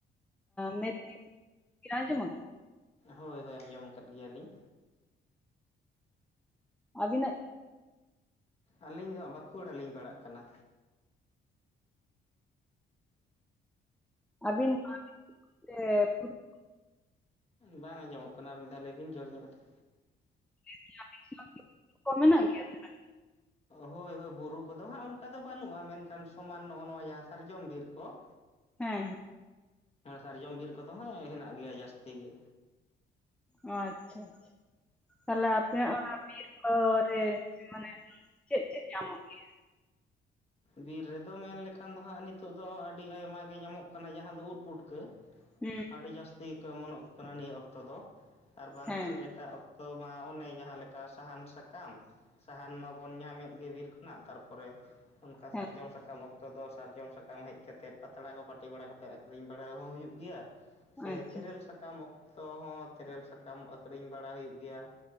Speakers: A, in the centre; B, on the left.
A: ᱢᱮ <unintelligible> ᱟᱡᱚᱢ ᱟᱠᱟᱫᱟ?
B: ᱦᱳᱭ ᱦᱳᱭ ᱟᱸᱡᱚᱢ ᱟᱠᱟᱫ ᱜᱮᱭᱟ ᱞᱤᱧ᱾
A: ᱟᱵᱤᱱᱟᱜ
B: ᱟᱹᱞᱤᱧ ᱫᱚ ᱵᱟᱸᱠᱩᱲᱟ ᱞᱤᱧ ᱯᱟᱲᱟᱜ ᱠᱟᱱᱟ᱾
A: ᱟᱹᱵᱤᱱ <unintelligible>
B: ᱵᱟᱝ ᱟᱸᱡᱚᱢᱚᱜ ᱠᱟᱱᱟ ᱟᱨ ᱢᱤᱫ ᱫᱷᱟᱣ ᱞᱟᱹᱭ ᱵᱤᱱ ᱡᱳᱨ ᱧᱚᱜ ᱠᱟᱛᱮᱫ᱾
A: <unintelligible> ᱠᱚ ᱢᱮᱱᱟᱜ ᱜᱮᱭᱟ ᱛᱟᱦᱞᱮ?
B: ᱦᱳᱭ ᱦᱳᱭ ᱵᱩᱨᱩ ᱠᱚᱫᱚ ᱦᱟᱸᱜ ᱚᱱᱠᱟ ᱫᱚ ᱵᱟᱹᱱᱩᱜᱼᱟ ᱾ ᱢᱮᱱᱠᱷᱟᱱ ᱥᱚᱢᱟᱱ ᱱᱚᱜᱼᱚᱭ ᱱᱚᱣᱟ ᱡᱟᱦᱟᱸ ᱥᱟᱨᱡᱚᱢ ᱵᱤᱨ ᱠᱚ <inaudible>
A: ᱦᱮᱸ ᱦᱮᱸᱻ
B: ᱥᱟᱨᱡᱚᱢ ᱵᱤᱨ ᱠᱚᱫᱚ ᱦᱟᱜ ᱦᱮᱸ ᱦᱮᱱᱟᱜ ᱜᱮᱭᱟ, ᱡᱟᱹᱥᱛᱤ ᱜᱮ᱾
A: ᱚ ᱟᱪᱪᱷᱟ, ᱟᱪᱪᱷᱟ᱾ ᱛᱟᱦᱚᱞᱮ ᱟᱯᱮᱭᱟᱜ ᱚᱱᱟ ᱵᱤᱨ ᱠᱚᱨᱮ ᱢᱟᱱᱮ ᱪᱮᱫ ᱪᱮᱫ ᱧᱟᱢᱚᱜ ᱜᱮᱭᱟ?
B: ᱵᱤᱨ ᱨᱮ ᱫᱚ ᱢᱮᱱ ᱞᱮᱠᱷᱟᱱ ᱫᱚ ᱦᱟᱸᱜ ᱱᱤᱛᱚᱜ ᱫᱚ ᱟᱹᱰᱤ ᱟᱭᱢᱟ ᱜᱮ ᱧᱟᱢᱚᱜ ᱠᱟᱱᱟ᱾ ᱡᱟᱦᱟᱸ ᱫᱚ ᱩᱫ ᱯᱩᱴᱠᱟᱹ
A: ᱦᱩᱸ
B: ᱟᱹᱰᱤ ᱡᱟᱹᱥᱛᱤ ᱜᱮᱠᱚ ᱳᱢᱚᱱᱚᱜ ᱠᱟᱱᱟ᱾ ᱱᱤᱭᱟᱹ ᱚᱠᱛᱚ ᱫᱚ ᱟᱨ ᱵᱟᱝᱠᱷᱟᱱ
A: ᱦᱮᱸ
B: ᱮᱴᱟᱜ ᱚᱠᱛᱚ ᱢᱟ ᱚᱱᱮ ᱡᱟᱦᱟᱸᱞᱮᱠᱟ ᱥᱟᱦᱟᱱ ᱥᱟᱠᱟᱢ ᱥᱟᱦᱟᱱ ᱢᱟᱵᱚᱱ ᱧᱟᱢᱮᱫ ᱜᱮ ᱵᱤᱨ ᱠᱷᱚᱱᱟᱜ, ᱛᱟᱨᱯᱚᱨᱮ ᱚᱱᱠᱟ ᱥᱟᱨᱡᱚᱢ
A: ᱦᱮᱸ
B: ᱥᱟᱠᱟᱢ ᱚᱠᱛᱚ ᱚᱠᱛᱚ ᱫᱚ ᱥᱟᱨᱡᱚᱢ ᱥᱟᱠᱟᱢ ᱦᱮᱡ ᱠᱟᱛᱮᱫ, ᱯᱟᱛᱲᱟ ᱠᱚ ᱯᱟᱹᱴᱤ ᱵᱟᱲᱟ ᱠᱟᱛᱮ ᱟᱹᱠᱷᱨᱤᱧ ᱵᱟᱲᱟ ᱦᱚᱸ ᱦᱩᱭᱩᱜ ᱜᱮᱭᱟ᱾ ᱥᱮ
A: ᱟᱪᱪᱷᱟ
B: ᱛᱮᱨᱮᱞ ᱥᱟᱠᱟᱢ ᱚᱠᱛᱚ ᱦᱚᱸ ᱛᱮᱨᱮᱞ ᱥᱟᱠᱟᱢ ᱟᱹᱠᱷᱨᱤᱧ ᱵᱟᱲᱟ ᱦᱩᱭᱩᱜ ᱜᱮᱭᱟ᱾